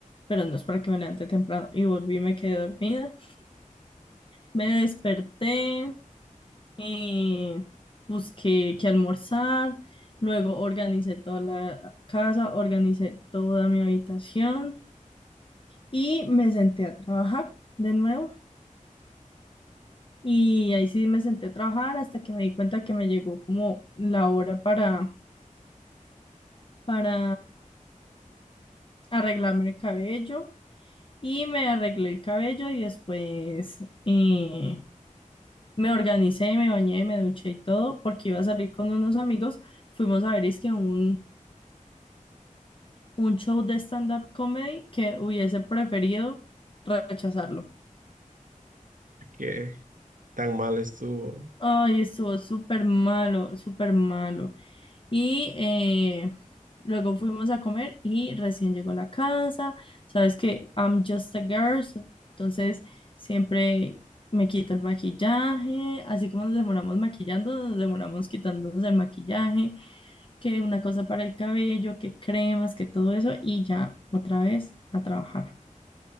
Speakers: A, on the left (about 40°); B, on the right (about 75°).
A: pero no es para que me levante temprano. Y volví, me quedé dormida. Me desperté, eh, busqué qué almorzar, luego organicé toda la casa, organicé toda mi habitación y me senté a trabajar de nuevo. Y ahí sí me senté a trabajar hasta que me di cuenta que me llegó como la hora para, para arreglarme el cabello. Y me arreglé el cabello y después eh, me organicé, me bañé, me duché y todo porque iba a salir con unos amigos. Fuimos a ver, es que un, un show de stand-up comedy que hubiese preferido rechazarlo.
B: ¿Qué tan mal estuvo?
A: Ay, estuvo súper malo, súper malo. Y eh, luego fuimos a comer y recién llegó a la casa. Sabes que I'm just a girl, so- entonces siempre me quito el maquillaje. Así como nos demoramos maquillando, nos demoramos quitándonos el maquillaje, que una cosa para el cabello, que cremas, que todo eso, y ya otra vez a trabajar.